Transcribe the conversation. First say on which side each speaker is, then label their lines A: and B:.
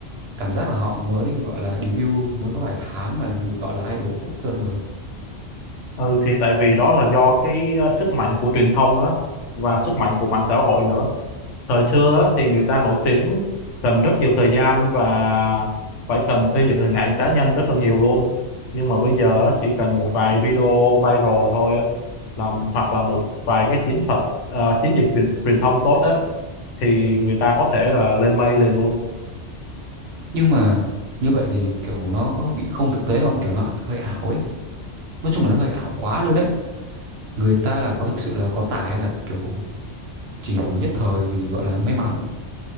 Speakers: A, on the right; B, on the left.
A: Cảm giác là họ mới gọi là debut mới có vài tháng mà được gọi là idol quốc dân rồi
B: Ừ thì tại vì đó là do cái ờ, sức mạnh của truyền thông á và sức mạnh của mạng xã hội nữa thời xưa á, thì người ta nổi tiếng cần rất nhiều thời gian và phải cần xây dựng hình ảnh cá nhân rất là nhiều luôn nhưng mà bây giờ á, chỉ cần một vài video viral thôi á, làm hoặc là một vài cái chiến thuật à, chiến dịch truyền, truyền thông tốt á thì người ta có thể là lên mây liền luôn
A: nhưng mà như vậy thì kiểu nó có bị không thực tế không kiểu nó hơi ảo ấy nói chung là nó hơi ảo quá luôn ấy người ta là có thực sự là có tài hay là kiểu chỉ nổi nhất thời vì gọi là may mắn